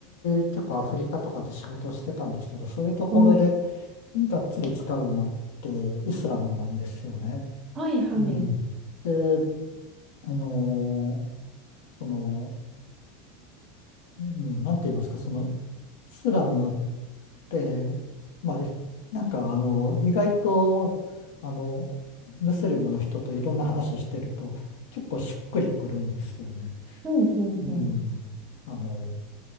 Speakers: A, on the left (about 80°); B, on the right (about 30°).
A: 結構アフリカとかで仕事してたんですけど、そういうところで
B: はい。
A: がっつり使うのってイスラムなんですよね。
B: はいはい。
A: うん。で、あのーその、うん、なんて言いますか、その、イスラムで、まあ、なんかあの、意外と、あの、ムスリムの人といろんな話してると、結構しっくりくるんですよね。
B: うんうんうん。
A: うん。あの、